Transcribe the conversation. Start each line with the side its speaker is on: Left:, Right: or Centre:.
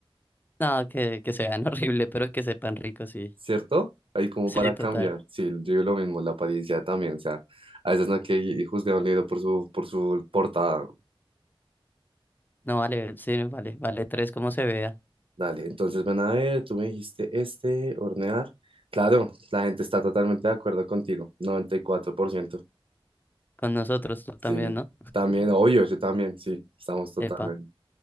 Left: No, que, que se vean <laughs> horrible, pero que sepan rico, sí.
Right: ¿cierto? Ahí como
Left: Sí,
Right: para
Left: total.
Right: cambiar. Sí, yo digo lo mismo, la apariencia también. O sea, a veces no hay que juzgar un libro por su, por su portada.
Left: No vale, sí, vale, vale tres como se vea.
Right: Dale, entonces ven a ver, tú me dijiste este, hornear. Claro, la gente está totalmente de acuerdo contigo, Noventa y cuatro por ciento.
Left: Con nosotros, tú también,
Right: Sí,
Left: ¿no?
Right: también, obvio, yo también, sí, estamos totalmente.
Left: Epa.